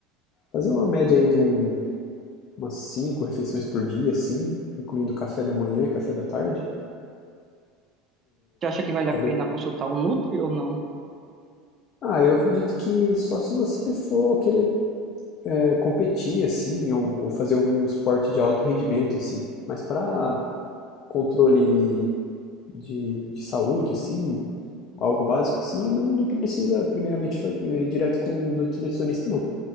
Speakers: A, on the left; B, on the right.
A: Fazer uma média aí de um, umas cinco refeições por dia, assim, incluindo café da manhã e café da tarde.
B: Você acha que vale a
A: Daria...
B: pena consultar um Nutri ou não?
A: Ah, eu acredito que só se você for querer eh, competir, assim, ou, ou fazer algum esporte de alto rendimento, assim. Mas para controle de, de saúde, assim, algo básico assim, não, não precisa primeiramente fazer ir direto com um nutricionista, não.